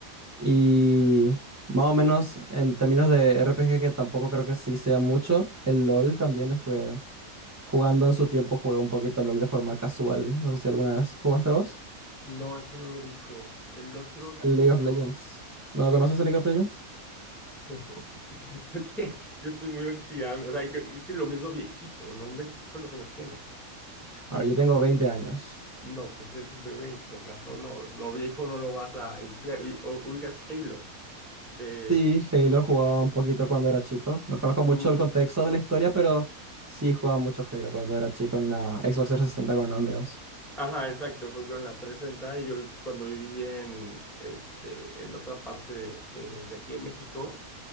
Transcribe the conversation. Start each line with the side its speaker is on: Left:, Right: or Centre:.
Right: Y más o menos en términos de RPG, que tampoco creo que sí sea mucho, el LOL también estuve jugando en su tiempo, jugué un poquito al LOL de forma casual. No sé si alguna vez jugaste vos.
Centre: No, ese no lo ubico. El otro que
Right: El
Centre: ubico.
Right: League of Legends. ¿No conoces el League of Legends?
Centre: <laughs> Creo que yo estoy muy oxidado. O sea, que- es que lo mismo viejito, ¿no? inventes. ¿Cuántos años tienes?
Right: Ahora, yo tengo 20 años.
Centre: No, pues eres un bebé, con razón, no, lo viejo no lo vas a identificar. Y, o- Ubicas Halo, de...
Right: Sí, Halo jugaba un poquito cuando era chico. No conozco mucho
Centre: mm,
Right: el contexto de la historia, pero sí jugaba mucho Halo cuando era chico en la Xbox 360 con unos amigos.
Centre: Ajá, exacto, fue con la 360 y yo cuando viví en, este, en otra parte de, de- de aquí de México,